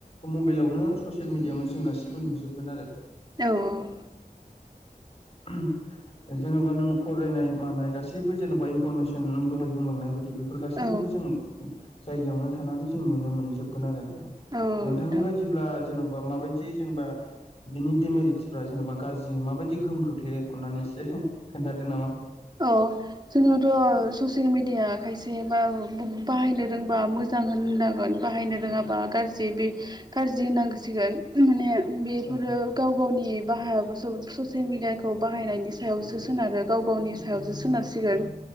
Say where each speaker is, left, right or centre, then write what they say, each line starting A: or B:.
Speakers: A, on the left; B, on the right.
A: मबाइलावनो ससियेल मिडियावनो गासिबो नुजोबगोन आरो
B: औ औ।
A: <unintelligible> जेनेबा नों फरायनाय मानाय गासैबो जेनबा इनफरमेसन नों दहाय बुंलांनाय बाय दि बेफोर गासैखौबो
B: औ
A: जों जायगायावनो थानानै जों नुनो मोनजोबगोन आरो
B: औ
A: नोंथांनि
B: नोंथां
A: बायदिब्ला जेनबा माबाय दि जेनेबा बिनि डिमेरिदसफोरा जेनेबा गाज्रि माबायदि गोहोम खोख्लैयो अननानै एसे <unintelligible> खोनथादो नामा।
B: औ। जोंनावथ' ससियेल मिडिया खायसे बा बु बाहायनो रोंबा मोजां होननांगोन। बाहायनो रोङाबा गाज्रि। बे गाज्रि होनांसिगोन माने बेफोरो
A: औ
B: गाव गावनि बाहायाबोसौ ससियेल मिडियाखौ बाहायनायनि सायावसो सोनारो गाव गावनि सायावसो सोनारसिगोन।